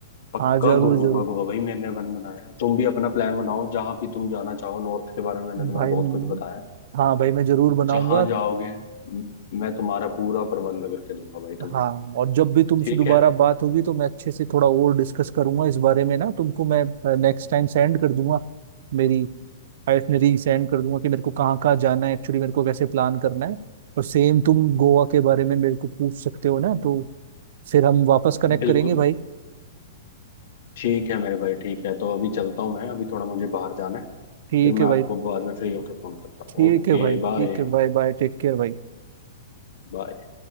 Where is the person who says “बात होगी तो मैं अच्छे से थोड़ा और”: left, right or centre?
Right